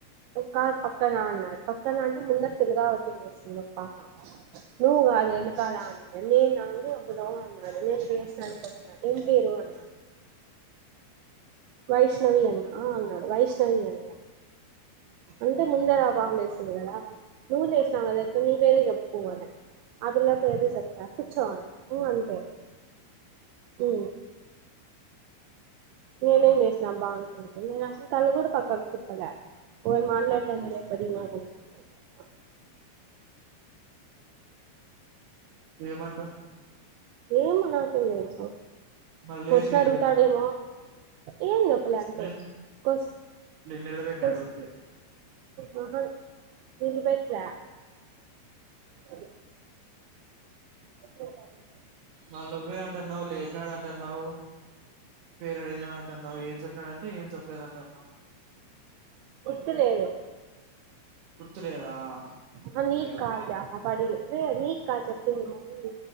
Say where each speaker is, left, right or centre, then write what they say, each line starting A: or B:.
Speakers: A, on the right; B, on the right.
A: క పక్క నా నా పక్క నా మునటుదుగా వత్తులువేసింది ఒక్కామ్మా నువ్వు గాదే ఎనుకాలమే నీనా నువ్వే అబ్దులవ్ అన్నాడు. నేనుజెస్తా నీతో అన్నాడు. ఎమ్ బేరు అన్ అయ్ వైష్ణవి అన్నా ఆ అన్ద్ వైష్ణవి అన్నా అన్ టే ముందరా బాబులేసురు గాదా నువ్వు లేసినవ్ గదా ఇట్లా నీ పేరే జేప్పు అనద్ ఆ పిల్ల పేరు కూర్చో అన్నా ఊ అంటే హు నేనేం జేసినా అబ్బా అనుకుంటే నేను అసలు తల్లు కూడా పక్కకు తిప్పలే ఓర్ మాట్లాడదానేద ఎప్పుడ నేను అనుకుంటా
B: ఏమంటన్
A: ఏం నాకేం దేల్సు
B: మళ్ళీ
A: క్వశ్చన్
B: లేపి ఏం
A: అడుగుతాడేమో
B: చెప్పినాడు
A: ఎమ్ జెప్పాలే అంతే
B: నేను
A: కోస్
B: నిలబెట్టినాడు
A: కోస్
B: ఊరికే
A: మహన్ వీలిబేట్లా కదు ఎపుడో ఇలాదిషయ్
B: మల్ నువ్వే అంటువ్ లే నాదంటున్నావ్ పేరడిగినవ్ అట్టాన్ న్నావు ఎడ్ జేప్పినాడుంటే ఏం చెప్పలేదుంటాన్నావ్
A: ఇత్తు లేదేవ్
B: గుర్తులేదా
A: హా
B: ఓకే
A: నీకదలే
B: ఓకే
A: ఆ పాపడిగే అరే అది కా చెప్పింది మాౌలీ